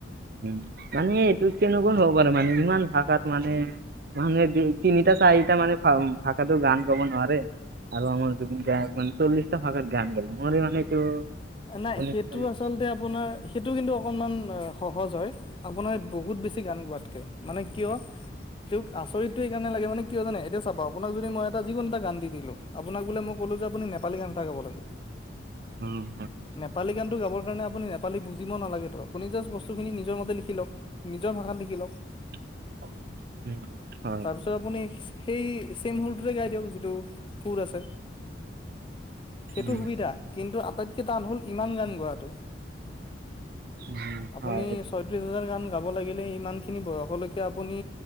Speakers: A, on the right; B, on the left.
A: উম, মানে এইটো কেনেকুৱা হ'ব পাৰে, মানে ইমান ভাষাত মানে মানুহে তিনিটা চাৰিটা মানে ভাষাটো গান গাব নোৱাৰে। আৰু আমাৰ জুবিন গায়ক মানে চল্লশটা ভাষাত গান গালে, মোৰ মান এইটো
B: নাই
A: শুনি
B: সেইটো
A: হয় হয়
B: আচলতে আপোনাৰ সেইটো কিন্তু অকনমান সহজ হয়, আপোনাৰ বহুত বেছি গান গোৱাতকে মানে কিয় তেওঁক আচৰিতটো এই কাৰণে লাগে মানে কিয় জানে, এতিয়া চাব আপোনাক যদি মই এটা যিকোনো এটা গান দি দিলো আপোনাক বোলে মই কলো যে আপুনি নেপালী গান এটা গাব লাগে।
A: উম।
B: নেপালী গানটো গাবৰ কাৰণ আপুনি নেপাল বুজিব নালাগে তো, আপুনি জাষ্ট বস্তুখিনি নিজৰ মতে লিখ লওক নিজৰ ভাষাত লিখি লওক।
A: <unintelligible> উম হয়
B: তাৰপিছত আপুনি সেই চেম সুৰটোতে গাই দিয়ক যিটো সুৰ আছে। সেইটো
A: উম
B: সুবিধা কিন্তু আটাইতকে টান হ'ল ইমান গান গোৱাটো।
A: উম
B: আপুনি
A: হয় সেইটো
B: ছয়ত্ৰিশ হাজাৰ গান গাব লাগিলে ইমান খিনি বয়সলৈকে আপুনি